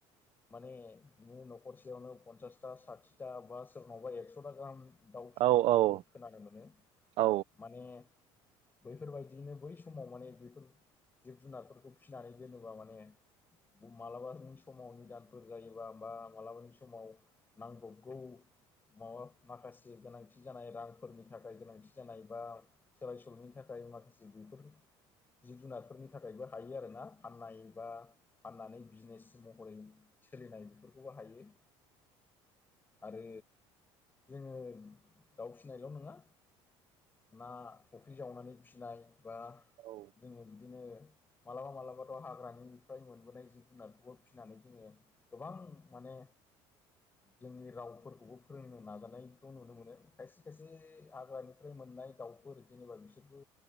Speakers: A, on the left; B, on the right.
A: माने बिदिनो न'खरसेयावनो पनसासथा साथि फथा बा सोरनावबा एकस'था गाहाम दाउ फिसिनायखौ
B: औ औ
A: जों खोनानो मोनो।
B: औ
A: माने बैफोरबायदियनो बै समाव माने बेफोर जिब जुनारफोरखौ फिसिनानै दोनोबा माने मालाबानि समाव निदानफोर जायोबा बा मालाबानि समाव नांगौ। ग मा माखासे गोनांथि जानाय रांफोरनि थाखाय गोनांथि जानाय बा। सोलाय सोल'नि थाखाय माखासे बेफोर जिब जुनारफोरनि थाखायबो हायो आरोना। फाननाय बा फाननानै बिजनेस महरै सोलिनाय बेफोरखौबो हायो। आरो जोङो दाउ फिनायल' नङा ना फुख्रि जावनानै फिनाय बा
B: औ
A: जोङो बिदिनो। माब्लाबा मालाबाथ' हाग्रानिफ्राय मोनबोनाय जिब जुनारखौबो फिनानै जोङो। गोबां माने जोंनि रावफोरखौबो फोरोंनो नाजानायखौ नुनो मोनो खायसे खायसे हाग्रानि फ्राय मोननाय दाउफोर जेनेबा बिसोरबो